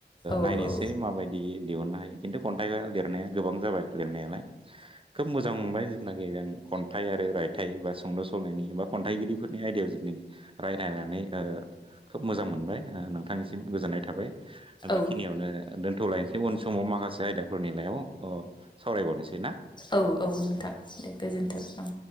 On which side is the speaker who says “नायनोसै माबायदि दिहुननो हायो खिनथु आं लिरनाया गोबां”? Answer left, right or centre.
Right